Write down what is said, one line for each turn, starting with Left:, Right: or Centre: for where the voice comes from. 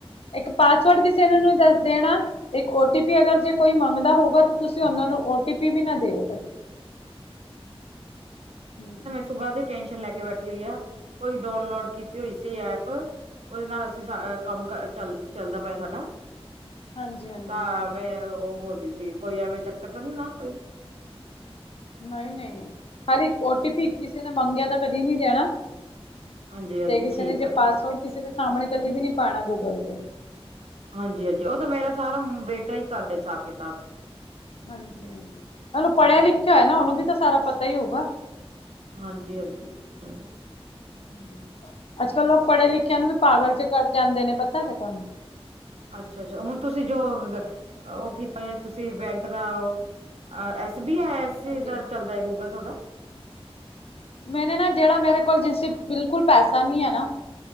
Left: ਏਕ ਪਾਸਵਰਡ
Right: ਅੱਛਾ ਅੱਛਾ
Left: ਕਿਸੇ ਨੂੰ ਨਈਂ ਦਸ ਦੇਣਾ। ਇੱਕ ਓਟੀਪੀ ਅਗਰ ਜੇ ਕੋਈ ਮੰਗਦਾ ਹੋਊਗਾ, ਤਾਂ ਤੁਸੀਂ ਉਨਾਂ ਨੂੰ ਟਿਪੀ ਵੀ ਨਾ ਦਿਓ ਕਦੀ, ਹੁੰ।
Right: ਸੁਬਾ ਦੀ ਟੈਨਸ਼ਨ ਲੈ ਕੇ ਬੈਠੀ ਹੋਈ ਆ। ਕੋਈ ਡਾਊਨਲੋਡ ਕੀਤੀ ਹੋਈ ਸੀ ਐਪ ਓਦੇ ਨਾਲ ਅਸੀਂ ਸਾਅ- ਰ ਕੰਮ-ਕਾਜ ਚੱਲ ਚੱਲਦਾ ਪਿਆ ਸਾਡਾ,
Left: ਹਾਂਜੀ ਹਾਂਜੀ
Right: ਤਾਂ ਵੇਂ ਓ ਬੋਲਦੀ ਸੀ, ਕੋਈ ਐਵੇਂ ਚੱਕਰ ਤਾਂ ਨਈਂ ਨਾ ਕੋਈ?
Left: ਨਈਂ-ਨਈਂ, ਨਈਂ ਖਾਲੀ ਓਟੀਪੀ ਕਿਸੇ ਨੇ ਮੰਗਿਆ ਤਾਂ ਕਦੀ ਨੀਂ ਦੇਣਾ।
Right: ਹਾਂਜੀ ਹਾਂਜੀ
Left: ਤੇ ਕਿਸੇ
Right: ਠੀਕ
Left: ਨੇ ਜੇ
Right: ਆ
Left: ਪਾਸਵਰਡ
Right: ਠੀਕ
Left: ਕਿਸੇ ਦੇ ਸਾਮਣੇ ਕਦੇ ਵੀ ਨੀ ਪਾਣਾ ਗੂਗਲ ਤੇ।
Right: ਹਾਂਜੀ-ਹਾਂਜੀ, ਉਹ ਤਾਂ ਮੇਰਾ ਸਾਰਾ ਬੇਟਾ ਈ ਕਰਦਾ, ਹਿਸਾਬ-ਕਿਤਾਬ।
Left: ਹਾਂਜੀ-ਹਾਂਜੀ, ਉਹ ਨੂੰ ਪੜ੍ਹਿਆ-ਲਿਖਿਆ
Right: ਹਾਂਜੀ
Left: ਹੋਇਆ ਨਾ, ਉਹਨੂੰ ਵੀ ਤਾ ਸਾਰਾ ਪਤਾ ਈ ਹੋਊਗਾ।
Right: ਹਾਂਜੀ-ਹਾਂਜੀ, ਹੂੰ
Left: ਹਾਂਜੀ। ਅੱਜ-ਕੱਲ ਲੋਕ ਪੜ੍ਹੇ ਲਿਖਿਆ ਨੂੰ ਵੀ ਪਾਗਲ'ਚ ਕਡ ਜਾਂਦੇ ਨੇ, ਪਤਾ ਕੇ ਤੁਹਾਨੂੰ।
Right: ਅੱਛਾ-ਅੱਛਾ, ਹੁਣ ਤੁਸੀਂ ਜੋ ਉਹਨਾ ਦਾ ਕੀਤਾ ਜਾ ਤੁਸੀਂ ਬੈਂਕ ਦਾ ਉਹ ਅ S B, I S C
Left: ਹਾਂਜੀ।
Right: ਦਾ ਚੱਲਦਾ ਏ, ਗੂਗਲ ਤੁਹਾਡਾ?
Left: ਮੈਨੇ ਨਾ, ਜਿਹੜਾ ਮੇਰੇ ਕੋਲ ਜਿਸ ਬਿਲਕੁਲ ਪੈਸਾ ਨੀ ਐਨਾ